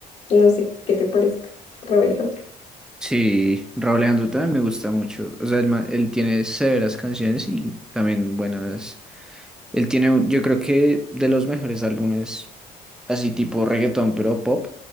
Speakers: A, on the left; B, in the centre.
A: No sé qué te parezca, Raúl Alejandro.
B: Sí, Raúl Alejandro también me gusta mucho. O sea, él, ma- él tiene severas canciones y también buenas. Él tiene, un- yo creo que de los mejores álbumes, así tipo reggaetón, pero pop.